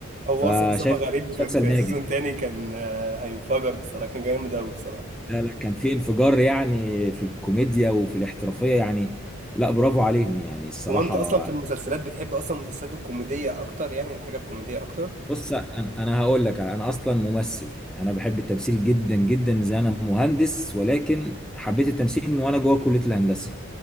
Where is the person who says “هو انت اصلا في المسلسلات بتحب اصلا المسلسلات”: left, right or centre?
Right